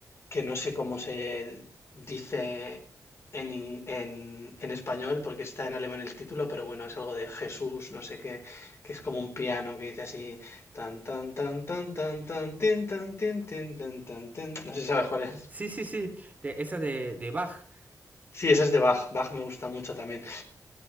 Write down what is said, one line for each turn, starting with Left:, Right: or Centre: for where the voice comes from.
Left: que no sé cómo se dice en, in- en- en español porque está en alemán el título, pero bueno, es algo de Jesús, no sé qué, que es como un piano que dice así tan tan tan tan tan tan tin, tan tin, tin, tan tan tin. No sé si sabes cuál es.
Right: Sí, sí, sí. de- esa de, de Bach.
Left: Sí, esa es de Bach. Bach me gusta mucho también.